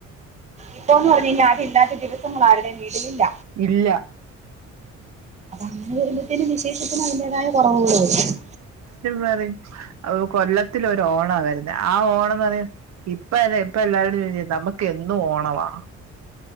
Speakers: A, on the right; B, on the right.
A: ഇപ്പൊന്ന് പറഞ്ഞ് കഴിഞ്ഞാ അതില്ലാത്ത ദിവസങ്ങള് ആര്ടേം വീടിലില്ല
B: ഇല്ല
A: അതങ്ങനെ വരുമ്പോത്തേന് വിശേഷത്തിന് അതിന്റേതായ കൊറവുകള് വെരും
B: പറീം കൊല്ലത്തിലൊരോണാ വെരുന്നെ ആ ഓണന്ന് പറയുമ്പോ ഇപ്പതാ ഇപ്പ എല്ലാരോടും ചോയ്ച്ച നമ്മ്ക്ക് എന്നും ഓണവാ